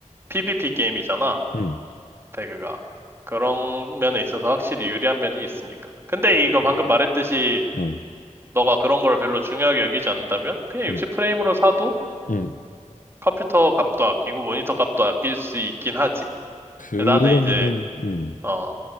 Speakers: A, on the right (about 20°); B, on the left (about 90°).
A: PVP 게임이잖아,
B: 응,
A: 배그가. 그런 면에 있어서 확실히 유리한 면이 있으니까. 근데
B: 어,
A: 이거 방금 말했듯이
B: 응,
A: 너가 그런 걸 별로 중요하게 여기지 않는다면 그냥 60프레임으로
B: 응,
A: 사도
B: 응.
A: 컴퓨터 값도 아끼고 모니터 값도 아낄 수 있긴 하지.
B: 그러면은,
A: 근데 나는 이제,
B: 응,
A: 어,